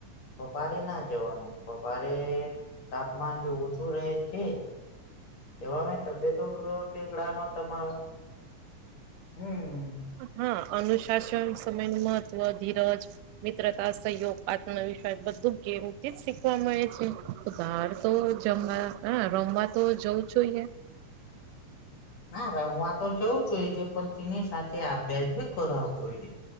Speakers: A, on the left; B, on the right.
A: પપાારે ના જવાનું પપરે તાપમાન બી ઓછું રહે છે એવા તબિયતો ભેગડાનો તમારો હમ
B: હા અનુશાસન સમય નું મહત્ત્વ ધીરજ મિત્રતા સહયોગ આત્મવિશ્વાસ બધું ગેમથી જ શીખવા મળે છે બહાર તો જમવા હ રમવા તો જવું જોઈએ
A: ના રમવા તો જવું જોઈ છે પણ તેની સાથે અભ્યાસ ભ કરાવ જો હોઈ છે